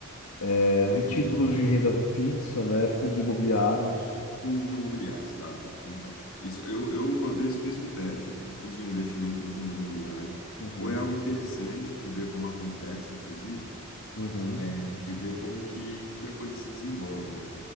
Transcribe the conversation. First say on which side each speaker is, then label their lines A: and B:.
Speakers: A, on the left; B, on the left.
A: é, títulos
B: é,
A: de renda fixa, né? Fundos imobiliários.
B: Fundos imobiliários, tá?
A: Pronto.
B: Então, isso eu, eu uma vez fiz um teste, fiz um investimento em fundo imobiliário.
A: Uhum,
B: Foi algo interessante de ver como acontece, inclusive
A: uhum,
B: é, de ver como que, que a coisa se desenvolve, né?